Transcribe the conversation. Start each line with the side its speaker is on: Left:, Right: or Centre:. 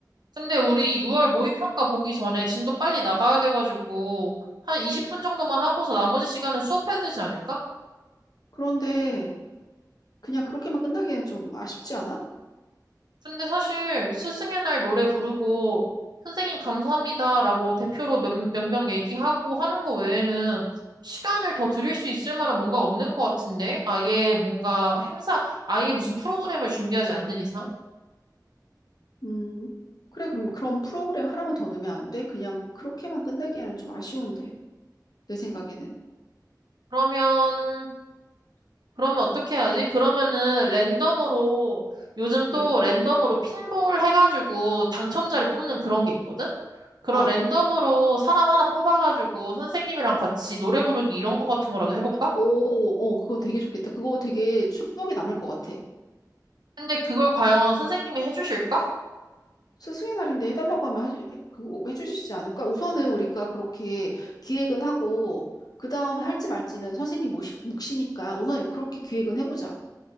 Right: 근데 우리 6월 모의평가 보기 전에 진도 빨리 나가야 돼가지고, 한 20분 정도만 하고서 나머지 시간은 수업해야 되지 않을까?
Left: 그런데 그냥 그렇게만 끝나기에는 좀 아쉽지 않아?
Right: 근데 사실 스승의 날 노래 부르고 선생님 감사합니다라고 대표로 몇, 몇 명 얘기하고 하는 거 외에는 시간을 더 드릴 수 있을 만한 뭔가 없는 것 같은데? 아예 뭔가 행사, 아예 무슨 프로그램을 준비하지 않는 이상?
Left: 음 그래 그럼 그런 프로그램 하나만 더 넣으면 안 돼? 그냥 그렇게만 끝나기에는 좀 아쉬운데 내 생각에는
Right: 그러면, 그러면 어떻게 해야지? 그러면은 랜덤으로, 요즘 또
Left: 음
Right: 랜덤으로 핀볼 해가지고 당첨자를 뽑는 그런 게 있거든? 그런
Left: 어.
Right: 랜덤으로 사람 하나 뽑아가지고 선생님이랑 같이 노래 부르기 이런 거 같은 거라도 해볼까?
Left: 오, 어, 그거 되게 좋겠다. 그거 되게 추억이 남을 것 같아.
Right: 근데 그걸 과연 선생님이 해주실까?
Left: 스승의 날인데 해달라고 하면 해주, 그, 해주시지 않을까? 우선은 우리가 그렇게 기획은 하고, 그 다음에 할지 말지는 선생님 모시, 몫이니까 우선 그렇게 기획은 해보자.